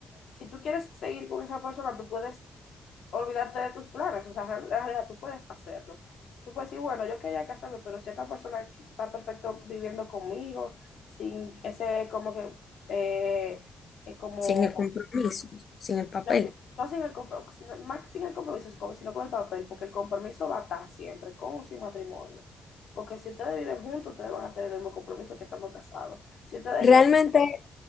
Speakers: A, on the left; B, on the left.
A: Si tú quieres seguir con esa persona, tú puedes olvidarte de tus planes, o sea, en realidad tú puedes hacerlo. Tú puedes decir, bueno, yo quería casarme, pero si esta persona aquí está perfecto viviendo conmigo, sin ese como que, eh, eh, como,
B: sin el compromiso, sin el papel.
A: no, sin- no sin el compromiso, más sin el compromiso, sino sino con el papel, porque el compromiso va a estar siempre, con o sin matrimonio. Porque si ustedes viven juntos, ustedes van a tener el mismo compromiso que estando casados. Si ustedes
B: Realmente
A: llegan,